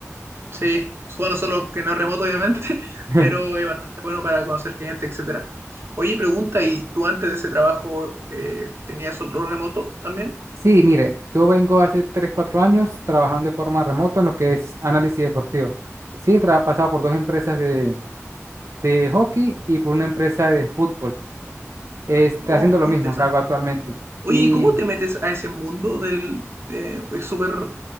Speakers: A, on the right (about 50°); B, on the right (about 70°).
A: Sí, bueno, solo que no es remoto, obviamente, <laughs>
B: <laughs>
A: pero es bastante bueno para conocer gente, etcétera. Oye, pregunta, ¿y tú antes de ese trabajo eh, tenías otro remoto también?
B: Sí, mire, yo vengo hace 3 4 años trabajando de forma remota en lo que es análisis deportivo. Sí, he tra- pasado por dos empresas de, de hockey y por una empresa de fútbol. Este,
A: Oh,
B: haciendo lo
A: muy
B: mismo
A: interesante.
B: que hago actualmente.
A: Oye,
B: Y
A: ¿y cómo te metes a ese mundo del... de- es súper...